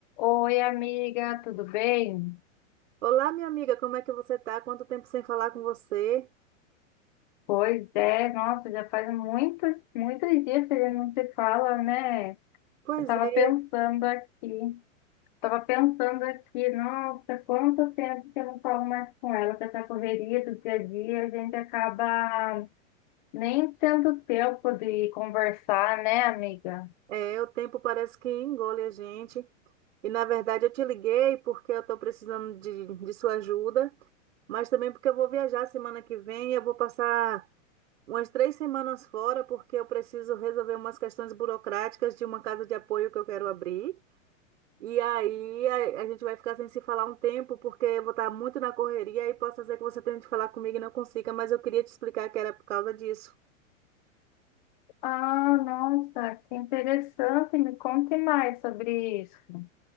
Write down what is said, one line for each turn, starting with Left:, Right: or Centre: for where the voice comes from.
Left: Oi, amiga, tudo bem?
Right: Olá, minha amiga, como é que você tá? Quanto tempo sem falar com você?
Left: Pois é, nossa, já faz muitos, muitos dias que a gente não se fala, né?
Right: Pois
Left: Eu tava
Right: é,
Left: pensando aqui, tava pensando aqui, nossa, quanto tempo que eu não falo mais com ela, com essa correria do dia a dia, a gente acaba nem tendo tempo de conversar, né, amiga?
Right: é, o tempo parece que engole a gente. E na verdade eu te liguei porque eu estou precisando de, de sua ajuda, mas também porque eu vou viajar semana que vem. Eu vou passar umas três semanas fora porque eu preciso resolver umas questões burocráticas de uma casa de apoio que eu quero abrir. E aí a, a gente vai ficar sem se falar um tempo, porque eu vou estar muito na correria e posso ser que você tente falar comigo e não consiga, mas eu queria te explicar que era por causa disso.
Left: Ah, nossa, que interessante, me conte mais sobre isso.